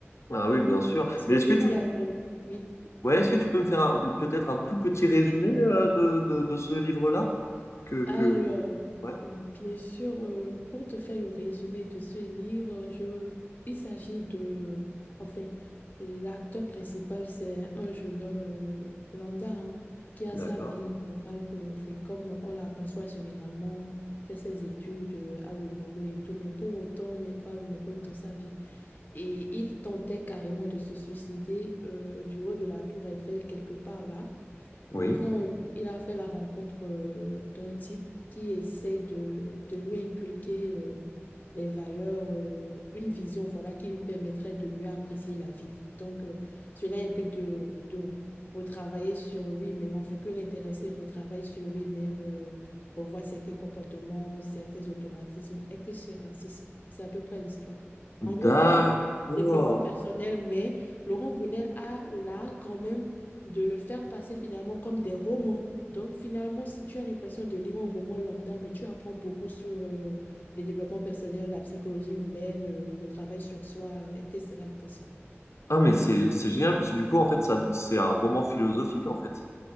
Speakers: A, on the left; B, on the left.
A: Ah oui, bien sûr.
B: Parce
A: Mais
B: que
A: est-ce
B: je
A: que
B: lis
A: tu
B: actuellement, oui.
A: Ouais, est-ce que tu peux me faire un- peut-être un tout petit résumé euh, de, de, de ce livre-là? Que, que...
B: Alors,
A: Ouais,
B: bien sûr, euh, pour te faire le résumé de ce livre, je, il s'agit de, enfin, l'acteur principal, c'est un jeune homme euh, lambda, hein, qui a
A: d'accord.
B: sa vie normale, euh, enfin, comme on la conçoit généralement, fait ses études, euh, a le boulot et tout, mais pour autant, n'est pas heureux dans sa vie. Et il tentait carrément de se suicider euh, du haut de la tour Eiffel, quelque part là
A: Oui.
B: quand il a fait la rencontre euh, d'un type qui essaye de, de lui inculquer euh, les valeurs, euh, une vision, voilà, qui lui permettrait de mieux apprécier la vie. Donc, euh, cela implique de, de retravailler sur lui-même, en fait, que l'intéressé retravaille sur lui-même, euh, revoit certains comportements, certains automatismes, etc. C'est ça. C'est à peu près l'histoire. En gros,
A: D'accord.
B: comme je disais, développement personnel, mais Laurent Gounel a là quand même de le faire passer finalement comme des romans. Donc finalement, si tu as l'impression de lire un roman lambda, mais tu apprends beaucoup sur euh, le développement personnel, la psychologie humaine, euh, le travail sur soi, euh, etc., etc.
A: Ah, mais c'est c'est génial parce que du coup, en fait, ça, c'est un roman philosophique, en fait.